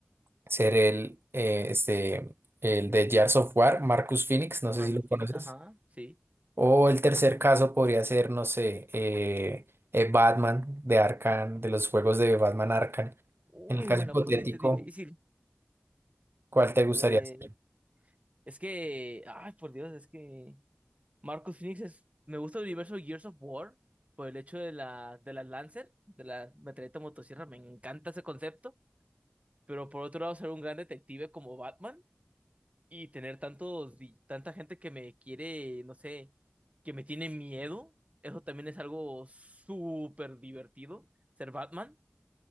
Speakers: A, on the right; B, on the right.
A: ser el, eh, este, el de Gears of War, Marcus Phoenix? No sé
B: Marcus
A: si lo conoces.
B: Finis, ajá, sí.
A: O el tercer caso podría ser, no sé, eh, eh, Batman de Arkham, de los juegos de Batman Arkham.
B: Uy,
A: En el caso
B: me
A: hipotético,
B: la pusiste difícil.
A: ¿cuál te gustaría
B: Eh,
A: ser?
B: es que, ay, por Dios, es que... Marcus Phoenix es, me gusta el universo de Gears of War por el hecho de la, de las Lancer, de la metralleta motosierra, me encanta ese concepto, pero por otro lado ser un gran detective como Batman y tener tantos, vi- tanta gente que me quiere, no sé, que me tiene miedo, eso también es algo súper divertido, ser Batman,